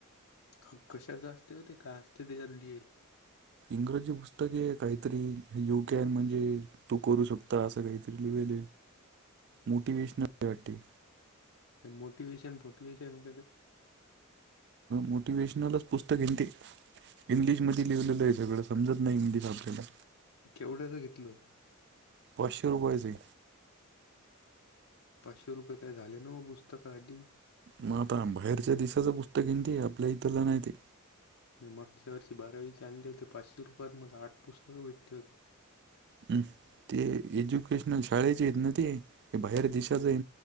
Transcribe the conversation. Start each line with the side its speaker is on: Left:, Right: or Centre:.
Left: अ कशात जास्ते होते का असते त्याच्यात लिहीलं.
Right: इंग्रजी पुस्तके काही तरी योग्याने म्हणजे तू करू शकतो असं काही तरी लिव्हाल.
Left: <inaudible>
Right: मोटीवेशनल बटी
Left: मोटिवेशन फोटिवेशन हे.
Right: मोटिवेशनलच पुस्तक आहे ते. इंग्लिश मध्ये लिहिलेलं आहे सगळं समजत नाही इंग्लिश आपल्याला.
Left: केवढ्याच घेतलं होतं.
Right: पाचशे रुपयेचं.
Left: पाचशे रुपये लय झाले ना पुस्तकांसाठी.
Right: मग आता बाहेरच्या देशाच पुस्तक आहे न ते आपल्या इथला नाहीती.
Left: मी मागच्या वर्षी बारावीचे आणले होते पाचशे रुपयांमध्ये आठ पुस्तकं भेटले होती.
Right: हम् ते एज्युकेशनल शाळेचे आहेत ना ते बाहेर देशाच आहे.